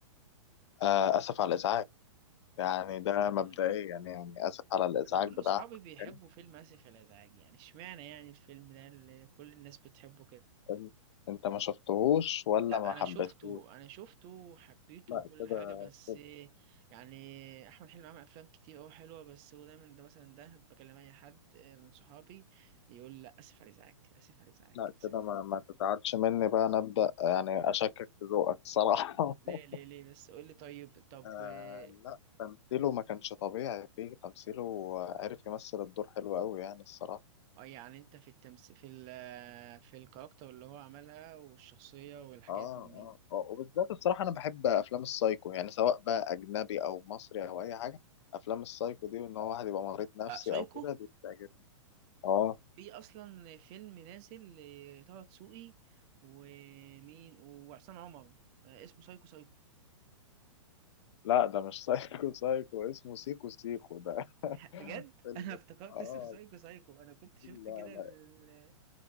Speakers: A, on the left; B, on the right.
A: آه اسف على الازعاج يعني
B: آسف
A: ده
B: على الإزعاج.
A: مبدئيا يعني, يعني اسف على الازعاج
B: أنا كل
A: بتاع
B: أصحابي
A: احمد
B: بيحبوا
A: حلمي
B: فيلم آسف على الإزعاج يعني إشمعنى يعني الفيلم ده اللي كل الناس بتحبه كده
A: فيلم انت ما شفتهوش ولا
B: لا
A: ما
B: أنا
A: حبيتهوش
B: شفته أنا شفته حبيته
A: لا
B: وكل
A: كده
B: حاجة بس
A: كده-
B: يعني أحمد حلمي عمل أفلام كتير أوي حلوة بس هو دايما ده مثلا ده بكلم أي حد من صحابي يقول لا آسف على الإزعاج آسف على الإزعاج
A: لا
B: آسف
A: كده
B: على
A: ما,
B: الإزعاج
A: ما تزعلش مني بقى انا ابدا يعني اشكك في ذوقك الصراحه <laughs>
B: ليه ليه ليه بس قول لي طيب طب
A: آه
B: آه،
A: لا تمثيله ما كانش طبيعي فيه تمثيله عارف يمثل الدور حلو قوي يعني الصراحة
B: آه، يعني انت في التمس في ال آه، في الكاركتر اللي هو عملها والشخصية والحاجات
A: اه
B: من
A: اه
B: دي
A: اه وبالذات الصراحة أنا بحب أفلام السايكو يعني سواء بقى أجنبي أو مصري أو أي حاجة أفلام السايكو دي وإن هو واحد يبقى مريض نفسي
B: آه، سايكو
A: أو كده دي بتعجبني اه
B: في اصلا فيلم نازل لطه دسوقي ومين وعصام عمر آه، اسمه سايكو سايكو
A: لا ده مش سايكو سايكو اسمه سيكو سيكو ده
B: <laughs> بجد
A: فيلم
B: انا افتكرت
A: اه
B: اسمه سايكو سايكو انا كنت شفت
A: لا
B: كده
A: لا
B: ال-